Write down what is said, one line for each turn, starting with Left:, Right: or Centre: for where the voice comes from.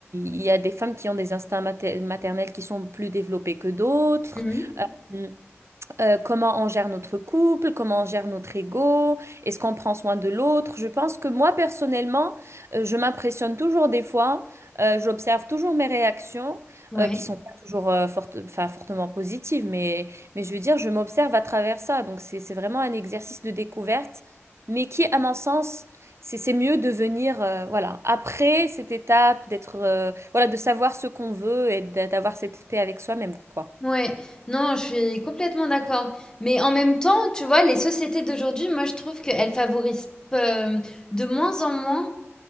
Right: il y, a des femmes qui ont des instincts mater- maternels qui sont plus développés que d'autres.
Left: Mhm.
Right: Mm euh, comment on gère notre couple, comment on gère notre ego, est-ce qu'on prend soin de l'autre. Je pense que moi, personnellement, euh, je m'impressionne toujours des fois, euh, j'observe toujours mes réactions,
Left: Ouais.
Right: euh, qui sont pas toujours euh, forte- enfin, fortement positives, mais, mais je veux dire, je m'observe à travers ça. Donc, c'est, c'est vraiment un exercice de découverte, mais qui, à mon sens, c'est c'est mieux de venir, euh, voilà, après cette étape, d'être, euh, voilà, de savoir ce qu'on veut et d'a- d'avoir cette paix avec soi-même, quoi.
Left: Ouais. Non, je suis complètement d'accord. Mais en même temps, tu vois, les sociétés d'aujourd'hui, moi, je trouve qu'elles favorisent euh, de moins en moins